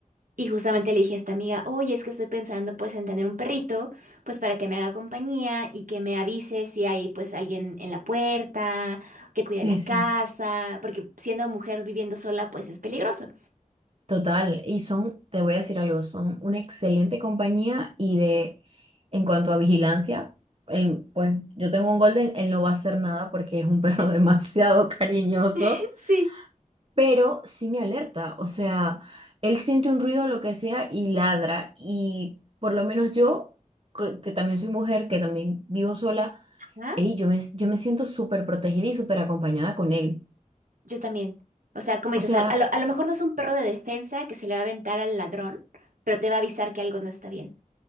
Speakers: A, on the right (about 85°); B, on the right (about 45°).
A: Y justamente le dije a esta amiga, oye, es que estoy pensando, pues, en tener un perrito, pues para que me haga compañía y que me avise si hay, pues, alguien en la puerta, que cuide
B: Sí,
A: la casa,
B: sí.
A: porque siendo mujer viviendo sola, pues es peligroso.
B: Total, y son, te voy a decir algo, son una excelente compañía y de, en cuanto a vigilancia, el, pues yo tengo un Golden, él no va a hacer nada porque es un perro <laughs> demasiado cariñoso,
A: <laughs>
B: pero sí me alerta, o sea, él siente un ruido, lo que sea, y ladra, y por lo menos yo, que, que también soy mujer, que también vivo sola,
A: Sí.
B: ey, yo me, yo me siento súper protegida y súper acompañada con él.
A: Yo también. O sea, como dices,
B: O sea...
A: a, a lo, a lo mejor no es un perro de defensa que se le va a aventar al ladrón, pero te va a avisar que algo no está bien.